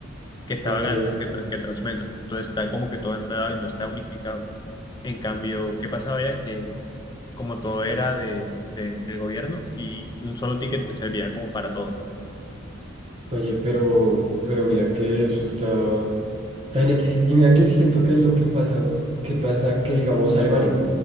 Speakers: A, on the left; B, on the right.
A: que estaban
B: Ok.
A: antes que, tra- que Transmetro, entonces está como que todo enredado y no está unificado. En cambio, ¿qué pasaba ya? Que como todo era de, de- del gobierno y un solo ticket te servía como para todo.
B: Oye, pero, pero mira que eso está, Está genial. Y mira que siento que es lo que pasa, que pasa que digamos Alemania.